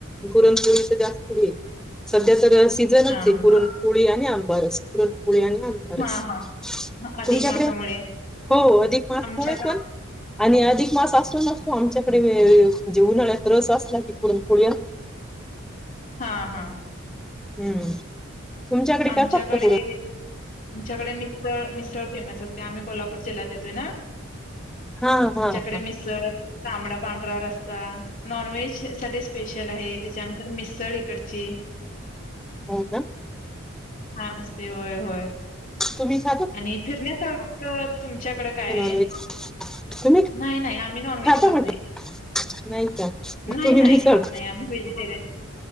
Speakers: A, in the centre; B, on the left.
A: पुरणपोळी तर जास्त आहे सध्या तर सीझनच
B: हां
A: आहे पुरणपोळी
B: हां.
A: आणि आंबारस पुरणपोळी आणि आंबारस
B: हां हां अधिक
A: तुमच्याकडे
B: मासामुळे
A: हो अधिक मासमुळे
B: आमच्याकडे
A: पण आणि अधिक मस असतू नसतो आमच्या म्हणजे उन्हा्यात रस असला की हो पु
B: हां हां.
A: हम्म तुमच्याकडे काय
B: आमच्याकडे
A: फक्त पुरन
B: आमच्याकडे मिस्सळ मिस्सळ फेमस असते आम्ही कोल्हापूर पूर जिल्ह्यात येतोय ना
A: हा हा
B: आमच्याकडे
A: हा
B: मिसळ तांबडा पांढरा रस्सा नॉनव्हेज साठी स्पेशल आहे त्याच्यानंतर मिसळ इकडची
A: हो का
B: हा ते होय होय
A: तुम्ही खातात
B: आणि फिरण्या साक्षात तुमच्याकडे काय
A: का नॉनव्हेज
B: आहे
A: तुम्ही
B: नाही नाही आम्ही नॉन व्हेज
A: खाता
B: खात
A: म्हटलं
B: नाही
A: नाही का मग
B: नाही
A: तुम्ही
B: नाही
A: मिसळ
B: खात नाही आम्ही व्हेजिटेरियन